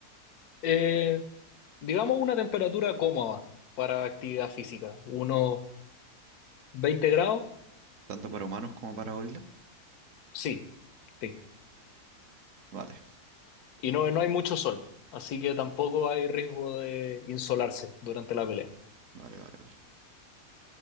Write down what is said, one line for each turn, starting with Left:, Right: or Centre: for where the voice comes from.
Left: Eh, digamos una temperatura cómoda para actividad física, unos 20 grados,
Right: tanto para humanos como para gorila.
Left: sí, sí.
Right: Vale,
Left: Y no, no hay mucho sol, así que tampoco hay riesgo de insolarse durante la pelea.
Right: vale, vale, vale.